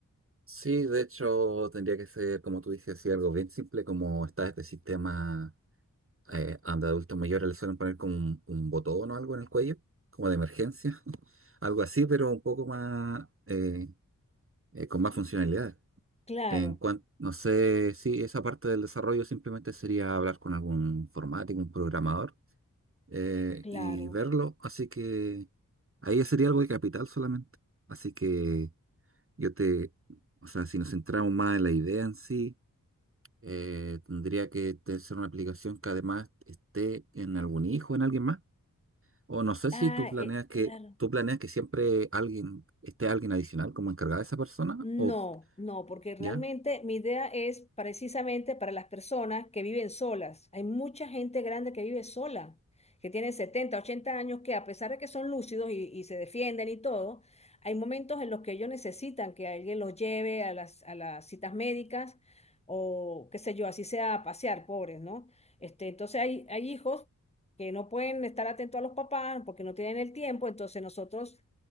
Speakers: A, on the right; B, on the left.
A: Sí, de hecho tendría que ser, como tú dices, así algo bien simple, como está este sistema eh, donde adultos mayores le suelen poner como un, un botón o algo en el cuello, como de emergencia, <laughs> algo así, pero un poco más, eh, eh, con más funcionalidad.
B: Claro,
A: En cuanto, no sé si esa parte del desarrollo simplemente sería hablar con algún informático, un programador, eh,
B: claro.
A: y verlo. Así que ahí sería algo de capital solamente. Así que yo te, o sea, si nos centramos más en la idea en sí, eh, tendría que te- ser una aplicación que además esté en algún hijo, en alguien más. O no sé
B: Ah,
A: si tú planeas
B: eh,
A: que,
B: claro.
A: tú planeas
B: sí.
A: que siempre alguien, esté alguien adicional como encargada de esa persona,
B: No,
A: o
B: no, porque realmente
A: ya.
B: mi idea es precisamente para las personas que viven solas. Hay mucha gente grande que vive sola, que tiene 70, 80 años, que a pesar de que son lúcidos y, y se defienden y todo, hay momentos en los que ellos necesitan que alguien los lleve a las, a las citas médicas o qué sé yo, así sea a pasear, pobres, ¿no? Este, entonces hay, hay hijos que no pueden estar atentos a los papás porque no tienen el tiempo, entonces nosotros